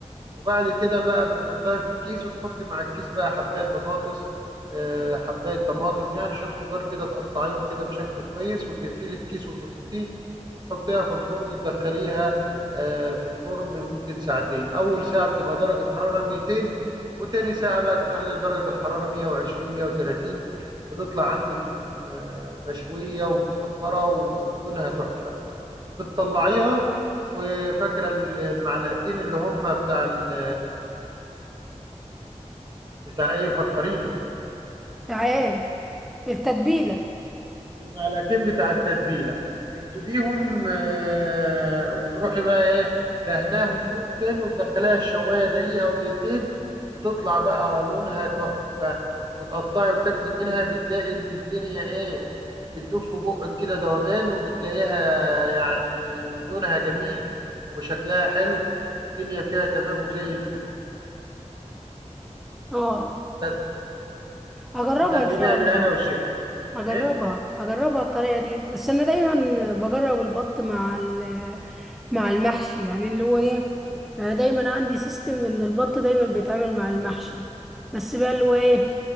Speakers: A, on the right (about 35°); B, in the centre.
A: وبعد كده بقى بتحطها في الكيس وتحط مع الكيس بقى حباية بطاطس آه، حباية طماطم يعني شوية خضار كده تقطعيهم كده بشكل كويس وتقفلي الكيس وتربطيه وتحطيها في الفرن تدخليها آه، في الفرن لمدة ساعتين أول ساعة بتبقى درجة حرارة 200 وتاني ساعة بقى تخلي درجة الحرارة 120 130 بتطلع عندك م- مشوية ومتحمرة ولونها تحفة بتطلعيها وفاكره ال- المعلقتين اللي هم بتاع ال- بتاع ايه فكريني
B: تعال التتبيله
A: المعلقتين بتاع التتبيله بتجيبيهم آه، وتروحي بقى ايه دهناهم بيهم تاني وتدخليها الشوايه دقيقه او دقيقتين بتطلع بقى لونها تحفه وتقطعي وتاكلي منها بتلاقي ان الدنيا ايه بتدوب في بقك كده ذوبان وبتلاقيها يعني لونها جميل وشكلها حلو والدنيا فيها تمام وزي الفل
B: اه
A: وت-
B: هجربها
A: وتقدميها
B: ان شاء الله
A: بالهنا والشفا
B: اجربها
A: ايه
B: اجربها الطريقه دي بس انا دايما بجرب البط مع ال- مع المحشي يعني اللي هو ايه انا دايما عندي سيستم ان البط دايما بيتعمل مع المحشي بس بقى اللي هو ايه